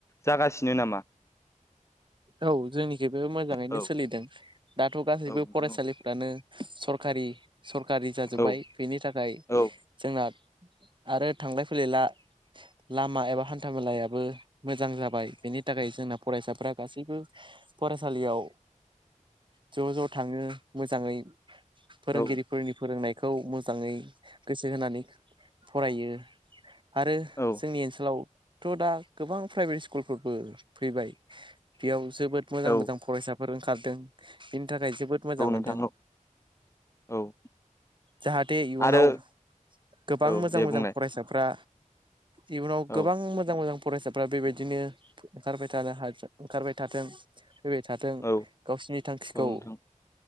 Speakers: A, on the left; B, on the right.
A: जागासिनो नामा?
B: औ जोंनिथिंबो मोजाङैनो
A: औ
B: सोलिदों दाथ' गासैबो
A: औ नोंथां
B: फरायसालिफ्रानो। सरकारि-सरकारि जाजोब्बाय
A: औ
B: बेनि थाखाय
A: औ
B: जोंना। आरो थांलाय फैलायला। लामा एबा हान्था मेलायाबो मोजां जाबाय बेनि थाखाय जोंना फरायसाफ्रा। फरायसालियाव ज'-ज' थाङो मोजाङै। फोरोंगिरिफोरनि
A: औ
B: फोरोंनाय। खौ मोजाङै गोसो होनानै फरायो। आरो
A: औ
B: जोंनि ओनसोलाव थ' दा गोबां प्राइभेट स्कुलफोरबो फैबाय। बेयाव जोबोद मोजां-मोजां
A: औ
B: फरायसाफोर ओंखारदों। थाखाय जोबोद मोजां
A: औ
B: मोनदों।
A: नोंथां औ औ
B: जाहाते इयुनाव।
A: आरो
B: गोबां
A: औ
B: मोजां-मोजां
A: दे बुंलाय
B: फरायसाफ्रा। इयुनाव
A: औ
B: गोबां मोजां-मोजां फरायसाफ्रा बेबायदिनो ओंखारबाय थानो हाजो। ओंखारबाय थाथों, फैबाय थाथों
A: औ
B: गावसिनि थांखिखौ।
A: औ नोंथां